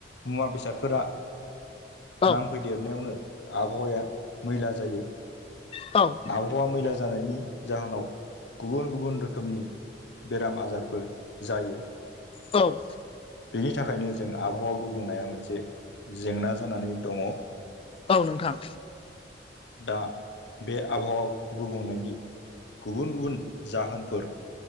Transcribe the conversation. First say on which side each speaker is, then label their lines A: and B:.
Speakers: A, on the left (about 70°); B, on the left (about 30°).
A: मुवा बेसादफोरा
B: औ
A: नांफैदेरनायावनो आबहावाया मैला जायो
B: औ
A: हावा मैला जानायनि जाहोनाव गुबुन गुबुन रोखोमनि बेराम आजारफोर जायो
B: औ
A: बेनि थाखायनो जों आबहावा गुबुंनाया मोनसे जेंना जानानै दङ
B: औ नोंथां
A: दा बे आबहावा गुबुंनायनि गुबुन गुबुन जाहोनफोर